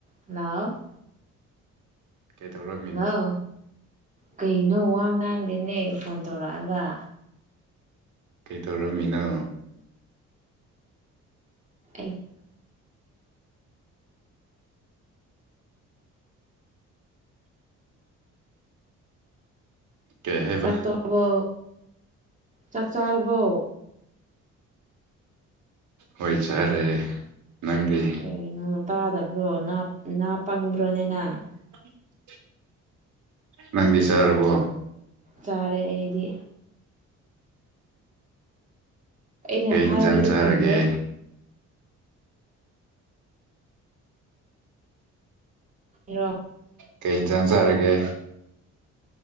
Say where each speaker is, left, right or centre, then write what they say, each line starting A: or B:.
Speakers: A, on the right; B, on the right.
A: ꯍꯜꯂꯥꯎ
B: ꯀꯩ ꯇꯧꯔꯒ
A: ꯍꯜꯂꯣ ꯀꯩꯅꯣ ꯋꯥ ꯉꯥꯡꯗꯦꯅꯦ ꯐꯣꯟ ꯇꯧꯔꯛꯑꯒ
B: ꯀꯩꯇꯧꯔꯝꯃꯤꯅꯣ
A: ꯑꯩ
B: ꯀꯩ ꯍꯥꯏꯕ
A: ꯆꯥꯛ ꯇꯣꯛꯑꯕꯣ ꯆꯥꯛ ꯆꯥꯔꯕꯣ
B: ꯍꯣꯏ ꯆꯥꯔꯦ ꯅꯪꯗꯤ
A: ꯀꯩꯅꯣ ꯇꯥꯗꯕ꯭ꯔꯣ ꯅꯥ ꯄꯪꯕ꯭ꯔꯣꯅꯦ ꯅꯪ
B: ꯑ <unintelligible> ꯅꯪꯗꯤ ꯆꯥꯔꯕꯣ
A: ꯆꯥꯔꯦ ꯑꯩꯗꯤ ꯑꯩꯅ
B: ꯀꯩ
A: ꯍꯥꯏꯕꯗꯤ
B: ꯌꯦꯟꯁꯥꯡ ꯆꯥꯔꯒꯦ
A: ꯈꯨꯝꯗꯦ ꯏꯔꯣ
B: ꯀꯩ ꯏꯟꯖꯥꯡ ꯆꯥꯔꯒꯦ